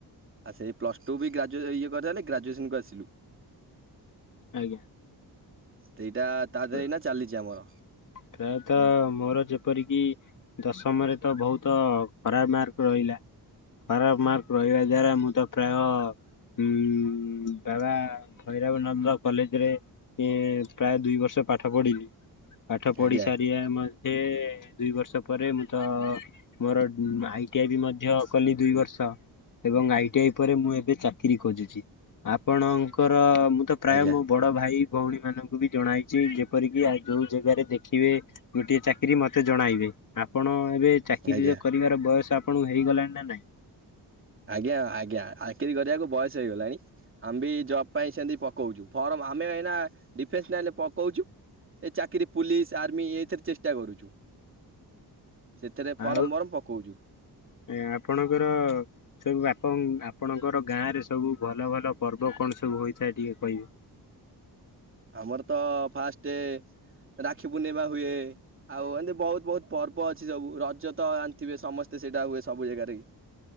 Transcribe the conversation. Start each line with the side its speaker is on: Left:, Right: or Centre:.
Right: ଆଛା ଏଇ ପ୍ଲସ ଟୁ ବି ଗ୍ରାଜୁଏ ଇଏ କରଥା ହେଲେ ଗ୍ରାଜୁଏସନକୁ ଆସିଲୁ।
Left: ଆଜ୍ଞା।
Right: ସେଇଟା ତା
Left: ପ
Right: ଦେହରେ ଏଇନା ଚାଲିଛି ଆମର
Left: ପ୍ରାୟତ ମୋର ଯି ଯେପରିକି ଦଶମରେ ତ ବୋହୁତ ଖରାପ ମାର୍କ ରହିଲା। ଖରାପ ମାର୍କ ରହିବା ଦ୍ଵାରା ମୁଁ ତ ପ୍ରାୟ ଉଁ ବାବା ଭୈରବାନନ୍ଦ କଲେ ରେ ଇଏ ପ୍ରାୟ ଦୁଇ ବର୍ଷ ପାଠ ପଢିଲି ପାଠ ପଢି
Right: ଆଜ୍ଞା
Left: ସାରିବା ମା ଇଏ ଦୁଇ ବର୍ଷ ପରେ ମୁଁ ତ ମୋର ଉଁ ଆଇଟି ଆଇ ବି ମଧ୍ୟ କଲି ଦୁଇ ବର୍ଷ। ଏବଂ ଆଇଟି ଆଇ ପରେ ମୁଁ ଏବେ ଚାକିରି ଖୋଜୁଚି ଆପଣଙ୍କର ମୁଁ ତ ପ୍ରାୟ
Right: ଆଜ୍ଞା
Left: ମୋ ବଡ ଭାଇ ଭୋଉଣୀ ମାନଙ୍କୁ ବି ଜଣାଇଚି ଯେପରିକି ଆଉ ଯୋଉ ଜେଗାରେ ଦେଖିବେ ଗୋଟିଏ ଚାକିରୀ ମତେ ଜଣାଇବେ ଆପଣ ଏବେ ଚାକିରୀର
Right: ଆଜ୍ଞା
Left: କରିବାର ବୟସ ଆପଣଙ୍କୁ ହେଇଗଲାଣି ନା ନାଇଁ।
Right: ଆଜ୍ଞା ଆଜ୍ଞା ଚାକିରି କରିବାକୁ ବୟସ ହେଇଗଲାଣି ଆମ୍ ବି ଜବ ପାଇଁ ସେମତି ପକୋଉଚୁ ଫର୍ମ ଆମେ ଏଇନା ଡିଫେନସ୍ ଲାଇନରେ ପକୋଉଚୁ। ଏଇ ଚାକିରି ପୁଲିସ୍ ଆର୍ମି ଏଇଥିରେ ଚେଷ୍ଟା କରୁଚି। ସେଥିରେ
Left: ଆଉ
Right: ଫରମ୍ ବରମ୍ ପକୋଉଚୁ।
Left: ଏ ଆପଣଙ୍କର ସବୁ ଆପଣ ଆପଣଙ୍କର ଗାଁରେ ସବୁ ଭଲଭଲ ପର୍ବ କଣ ସବୁ ହୋଇଥାଏ ଟିକେ କହିବେ। ହ
Right: ଆମର ତ ଫାଷ୍ଟେ ରାକ୍ଷୀ ପୂର୍ଣ୍ଣିମା ହୁଏ ଆଉ ଏମତି ବୋହୁତ ବୋହୁତ ପର୍ବ ଅ ଅଛି ସବୁ ରଜ ତ ଜାଣିଥିବେ ଥିବେ ସମସ୍ତେ ସେଇଟା ହୁଏ ସବୁ ଜାଗାରେକି।